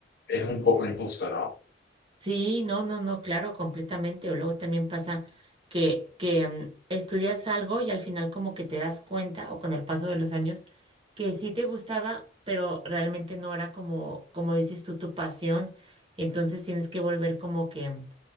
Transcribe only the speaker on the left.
es un poco injusto, ¿no?